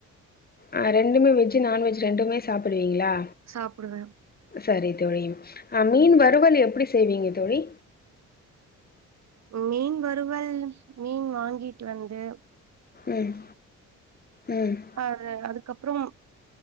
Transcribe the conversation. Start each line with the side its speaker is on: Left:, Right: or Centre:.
Left: ஆ ரெண்டுமே வெஜ்ஜு நான்வெஜ் ரெண்டுமே சாப்டுவீங்களா
Right: சாப்டுவ
Left: சரி தோழி ஆ மீன் வறுவல் எப்டி செய்வீங்க தோழி
Right: மீன் வருவல் மீன் வாங்கிட்டு வந்து
Left: ம் ம்
Right: அது அதுக்கப்புறம்